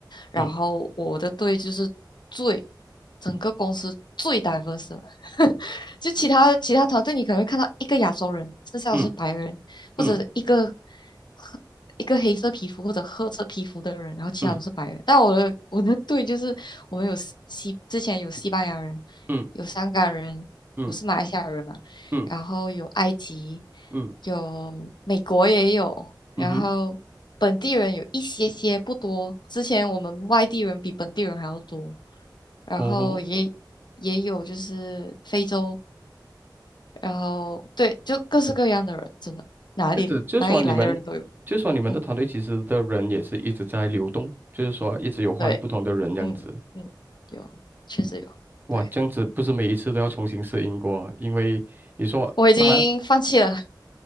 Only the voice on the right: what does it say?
嗯
嗯嗯
嗯
嗯嗯
嗯
嗯
嗯
嗯，嗯
哦
这样子就是说你们，就是说你们的团队其实的人也是一直在流动，
就是说一直有换不同的人这样子。
哇，
这样子不是每一次都要重新适应过啊因为你说，
当然，